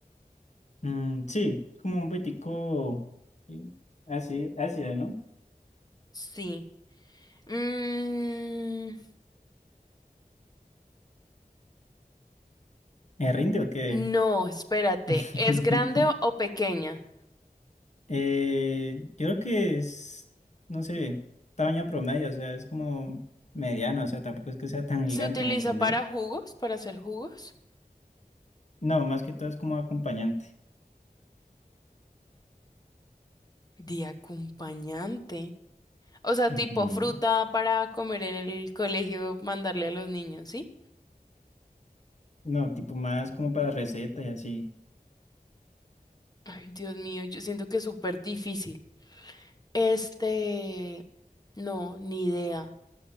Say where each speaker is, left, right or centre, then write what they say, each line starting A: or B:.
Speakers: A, on the left (about 50°); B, on the left (about 25°).
A: Mm, sí, como un poquitico eh, así, ácido, ¿no?
B: Sí. Mm,
A: ¿Me rinde o qué?
B: no, espérate.
A: <laughs>
B: ¿Es grande o, o pequeña?
A: Eh, yo creo que es, no sé, tamaño promedio, o sea, es como mediano, o sea, tampoco es que sea tan
B: ¿Se
A: gigante,
B: utiliza
A: ¿me entendés?
B: para jugos, para hacer jugos?
A: No, más que todo es como acompañante.
B: De acompañante. O sea, tipo
A: Ujú.
B: fruta para comer en el colegio, mandarle a los niños, ¿sí?
A: No, tipo más como para recetas y así.
B: Ay, Dios mío, yo siento que es súper difícil. Este, no, ni idea.